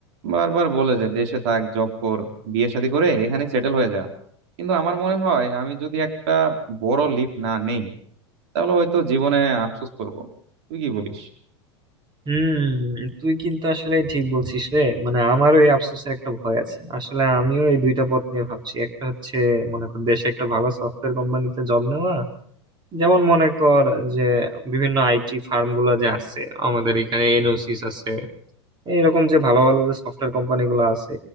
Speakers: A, on the right (about 70°); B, on the right (about 30°).
A: বারবার বলে যে দেশে থাক জব কর বিয়ে শাদী করে এখানে সেটেল হয়ে যা কিন্তু আমার মনে হয় আমি যদি একটা বড় লিপ না নেই তাহলে হয়তো জীবনে আফসোস করব তুই কি বলিস
B: হুম তুই কিন্তু আসলে ঠিক বলছিস রে মানে আমারও এই আফসোসের একটা ভয় আছে আসলে আমিও এই দুইটা পথ নিয়ে ভাবছি একটা হচ্ছে মনে কর দেশে একটা ভালো সফটওয়্যার কোম্পানিতে জব নেওয়া যেমন মনে কর যে বিভিন্ন আইটি ফার্ম গুলো যে আছে আমাদের এখানে এনওসিস আছে এরকম যে ভালো ভালো যে সফটওয়্যার কোম্পানি গুলো আছে